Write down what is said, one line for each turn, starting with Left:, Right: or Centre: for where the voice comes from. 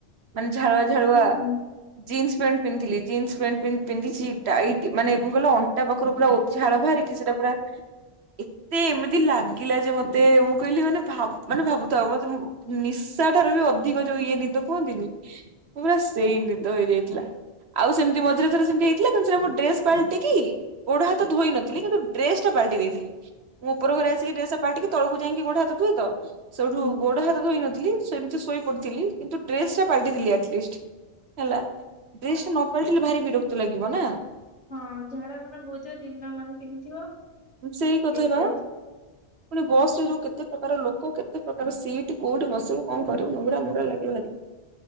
Right: ମାନେ ଝାଳୁଆ ଝାଳୁଆ
Left: ହୁଁ ହୁଁ
Right: ଜିନ୍ସ ପ୍ୟାଣ୍ଟ ପିନ୍ଧିଥିଲି ଜିନ୍ସ ପେଣ୍ଟ ପି ପିନ୍ଧିଛି ଟାଇଟ୍ ମାନେ କଣ କଇଲ ଅଣ୍ଟା ପାଖରୁ ପୁରା ଓ ଝାଳ ବାହାରିକି ସେଟା ପୁରା ଏତେ ଏମିତି ଲାଗିଲା ଯେ ମତେ ମୁଁ କହିଲି ମାନେ ଭା ମାନେ ଭାବୁଥାଉ ମତେ ନିଶା ଠାରୁ ବି ଅଧିକ ଯୋଉ ଇଏ ନିଦ କୁହନ୍ତିନି ପୂରା ସେଇ ନିଦ ହେଇଯାଇଥିଲା। ଆଉ ସେମିତି ମଝିରେ ଥରେ ସେମିତି ହେଇଥିଲା କିନ୍ତୁ ସେରା ଡ୍ରେସ ପାଲଟି କି ଗୋଡା ହାତ ଧୋଇ ନଥି ଲି କିନ୍ତୁ ଡ୍ରେସ ଟା ପାଲଟି ଦେଇଥିଲି ମୁଁ ଉପର ଘରେ ଆସି ଡ୍ରେସ ଟା ପାଲଟିକି ତଳକୁ ଯାଇକି ଗୋଡ ହାତ ଧୁଏ ତ। ସେଇଠୁ
Left: ହଁ
Right: ଗୋଡ ହାତ ଧୋଇନଥିଲି ସେମିତି ଶୋଇ ପଡିଥିଲି କିନ୍ତୁ ଡ୍ରେସ ଟା ପାଲ୍ଟିଥିଲି ଅଟଲିଷ୍ଟ୍,। ହେଲା ଡ୍ରେସ ନ ପାଲଟିଲେ ଭାରି ବିରକ୍ତ ଲାଗିବ ନା।
Left: ହଁ ଝାଳ ମାନେ ବହୁଥିବ ଦିନ ମାନେ ପିନ୍ଧିଥିବ।
Right: ସେଇ କଥା
Left: ସେଇଥିରେ
Right: ବା। ପୁଣି ବସ୍ ରେ ଯୋଉ କେତେ ପ୍ରକାର ଲୋକ କେତେ ପ୍ରକାର ସିଟ୍ କୋଉଠି ବସିବ କଣ କରିବୁ ମୁନ୍ଦରା ମୁନ୍ଦୁରା ଲାଗିବ ଭାରୀ।